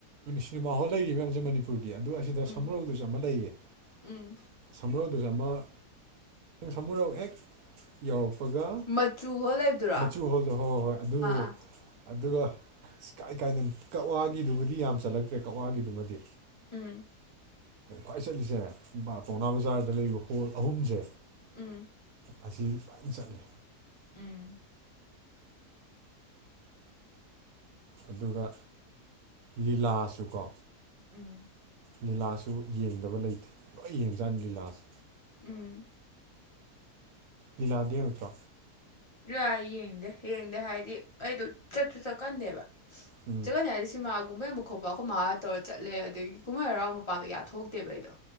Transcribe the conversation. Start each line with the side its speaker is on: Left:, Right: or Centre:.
Right: ꯁꯤꯅꯦꯃꯥ ꯍꯣꯜ ꯂꯩ ꯃꯌꯥꯝꯁꯦ ꯃꯅꯤꯄꯨꯔꯒꯤ
Left: ꯎꯝ
Right: ꯁꯝꯃꯔꯧꯗꯨꯁꯨ ꯑꯃ ꯂꯩꯌꯦ
Left: ꯎꯝ
Right: ꯁꯝꯃꯔꯧꯗꯨꯁꯨ ꯑꯃ ꯁꯃꯨꯔꯧ ꯍꯦꯛ ꯌꯥꯧꯔꯛꯄꯒ
Left: ꯃꯆꯨ ꯍꯣꯏ ꯂꯩꯕꯗꯨꯔꯣ ꯑꯥ
Right: ꯃꯆꯨ ꯍꯣꯜꯗꯣ ꯍꯣꯏ ꯍꯣꯏ ꯍꯣꯏ ꯑꯗꯨ
Left: ꯑꯥ
Right: ꯑꯗꯨꯒ ꯀꯥꯏ ꯀꯥꯏꯅ ꯀꯛꯋꯥꯒꯤꯗꯨꯕꯨꯗꯤ ꯌꯥꯝ ꯆꯜꯂꯛꯇ꯭ꯔꯦ ꯀꯛꯋꯥꯒꯤꯗꯨꯃꯗꯤ
Left: ꯎꯝ
Right: ꯈ꯭ꯋꯥꯏ ꯆꯠꯂꯤꯁꯦ ꯄꯥꯎꯅꯥ ꯕꯖꯥꯔꯗ ꯂꯩꯕ ꯍꯣꯜ ꯑꯍꯨꯝꯁꯦ
Left: ꯎꯝ
Right: ꯑꯁꯤ ꯐꯅ ꯆꯠꯂꯤ
Left: ꯎꯝ
Right: ꯑꯗꯨꯒ ꯂꯤꯂꯥꯁꯨꯀꯣ
Left: ꯎꯝ
Right: ꯂꯤꯂꯥꯁꯨ ꯌꯦꯡꯗꯕ ꯂꯩꯇꯦ ꯂꯣꯏ ꯌꯦꯡꯖꯥꯠꯅꯤ ꯂꯤꯂꯥꯥꯁꯦ
Left: ꯎꯝ
Right: ꯂꯤꯂꯥꯗꯤ ꯅꯛꯇ꯭ꯔꯣ
Left: ꯏꯣꯏ ꯌꯦꯡꯗꯦ ꯌꯦꯡꯗꯦ ꯍꯥꯏꯗꯤ ꯑꯩꯗꯣ ꯆꯠꯁꯨ ꯆꯠꯀꯟꯗꯦꯕ
Right: ꯎꯝ
Left: ꯆꯠꯀꯅꯤ ꯍꯥꯏꯗꯤ ꯁꯤꯃꯥꯒꯨꯝꯕꯩ ꯑꯃ ꯃꯈ ꯈꯣꯠꯄ ꯑꯩꯈꯣꯏ ꯃꯥꯥ ꯇꯧꯔꯒ ꯆꯠꯂꯦ ꯑꯗꯒꯤ ꯀꯨꯝꯍꯩ ꯍꯔꯥꯎꯕ ꯃꯄꯥꯟꯗ ꯀꯌꯥ ꯊꯣꯛꯇꯦꯕ ꯑꯩꯗꯣ